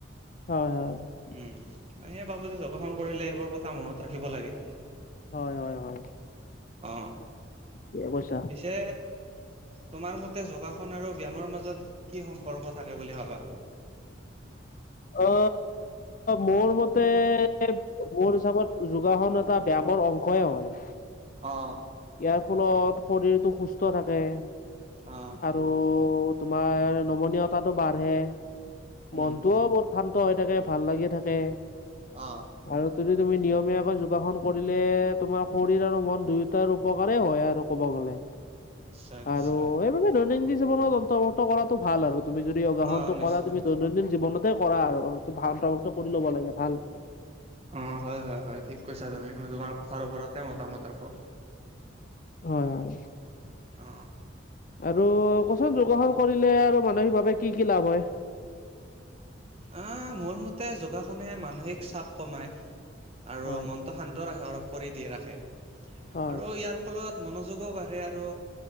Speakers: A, on the left; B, on the right.
A: হয়, হয়।
B: উম, সে, বাবো যে যোগাসন কৰিলে এইবোৰ কথা মনত ৰাখিব লাগে।
A: হয়, হয়। হয়
B: অ,
A: ঠিকে কৈছা।
B: পিছে তোমাৰ মতে যোগাসন আৰু ব্যায়ামৰ মাজত কি সম্পৰ্ক থাকে বুলি ভাবা।
A: অ, মোৰ মতে, মোৰ হিচাপত যোগাসন এটা ব্যায়ামৰ অংশইে হয়।
B: অ,
A: ইয়াৰ ফলত, শৰীৰটো সুস্থ থাকে।
B: অ,
A: ত, তোমাৰ নমনীয়তাটো বাঢ়ে,
B: উম,
A: মনতটোও বহুত ভাল হৈ থাকে ভাল লাগি থাকে।
B: অ,
A: আৰু যদি তুমি নিয়মীয়াকৈ যোগাসন কৰিলে, তোমাৰ শৰীৰ আৰু মন দুয়ো তাৰ উপকাৰেই হয় আৰু ক'ব গ'লে,
B: নিশ্চয় নিশ্চয়।
A: আৰু এইবিলাক দৈনন্দিন জীৱনত অন্তৰ্ভুক্ত কৰাটো ভাল আৰু তুমি যদি যোগাখনটো
B: অ', নিশ্চয়
A: কৰা, তুমি দৈনন্দিন জীৱনত কৰা আৰু ত, ভা, কৰি ল'ব লাগে ভাল
B: অ, হয়, হয়, হয়, ঠিক কৈছা তুমি, তোমাৰ কথাৰ ওপৰতে মতামত ৰাখোঁ।
A: হয়, হয়।
B: অ,
A: আৰু ক'ব যোগাসন কৰিলে আৰু মানসিকভাৱে কি কি লাভ হয়?
B: আহ, মোৰ মতে যোগাসনে মানসিক চাপ কমাই, আৰু
A: হয়
B: মন শান্ত ৰাখে আৰু কৰি দিয়ে ৰাখে,
A: হয়
B: আৰু ইয়াৰ ফলত মনোযোগো বাঢ়ে আৰু